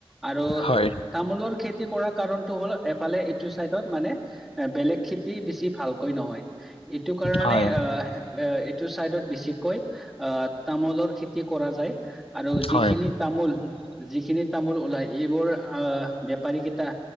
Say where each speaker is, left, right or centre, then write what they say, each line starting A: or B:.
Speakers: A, in the centre; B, on the left.
A: আৰু
B: হয়
A: তামোলৰ খেতি খেতি কৰা কাৰণটো হ'ল এফালে এইটো চাইডত মানে এ বেলেগ খেতি বেছি ভালকৈ নহয়। এইটো কাৰণে
B: হয়
A: আহ এ এইটো চাইডত বেছিকৈ আহ তামোলৰ খেতি কৰা যায় আৰু যিখিনি
B: হয়
A: তামোল যিখিনি তামোল ওলায় এইবোৰ আহ বেপাৰী কেইটা